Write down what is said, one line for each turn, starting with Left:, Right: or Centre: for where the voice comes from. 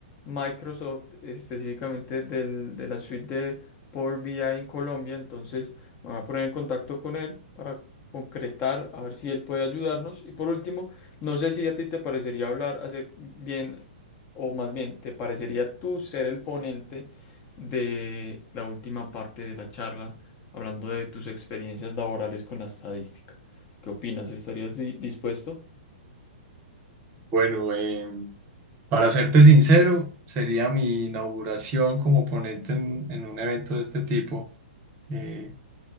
Left: mm, Microsoft, específicamente del- de la suite de Power BI en Colombia. Entonces me voy a poner en contacto con él para concretar, a ver si él puede ayudarnos. Y por último, no sé si a ti te parecería hablar, hacer bien, o más bien, ¿te parecería tú ser el ponente de la última parte de la charla, hablando de tus experiencias laborales con la estadística? ¿Qué opinas? ¿Estarías di- dispuesto?
Right: Bueno, em, para serte sincero, sería mi inauguración como ponente en, en un evento de este tipo. Eh,